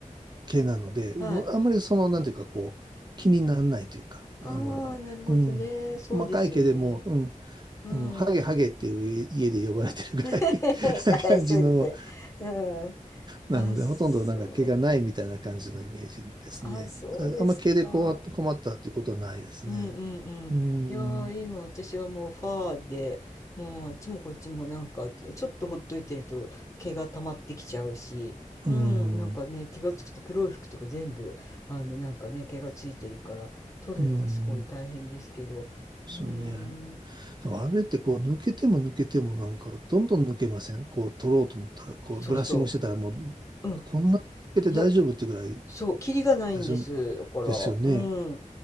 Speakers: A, on the right; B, on the left.
A: 毛なので、もうあんまりその、
B: はい。
A: なんていうか、こう、気にならないというか、
B: ああ、
A: あの、
B: なるほどね。
A: うん、
B: そうですよね。
A: 細かい毛でも、うん、
B: うん。
A: あのハゲハゲっていう家、家で呼ばれてるぐらい
B: <laughs>
A: <laughs>
B: かわいそうです。
A: な感じの
B: うん。
A: なので、
B: あ、そ
A: ほとんどなんか毛がないみたいな感じのイメージですね。
B: う。あ、そうですか。
A: ああんま毛で困った困ったっていうことはないですね。
B: うんうんうん。
A: うーん、
B: いやー、
A: う
B: 今私はもうファーで、もうあっちもこっちもなんか、ちょっとほっといてると毛が溜まってきちゃうし、
A: ーん、
B: うん、なんかね、
A: う
B: 気がつくと黒い服とか全部、あの、なんかね、毛がついてるから、取るのがすごい大変ですけど、
A: ーん。そうね。
B: うーん、
A: でもあれってこう抜けても抜けてもなんかどんどん抜けませんこう取ろうと思ったら、こうブラッシングしてたらもう
B: そうそう。うん
A: こんなに抜けて大丈夫っていうぐらい
B: いや、そう、キリがないんです。
A: ですよね。
B: だから、
A: ですよね。
B: うん。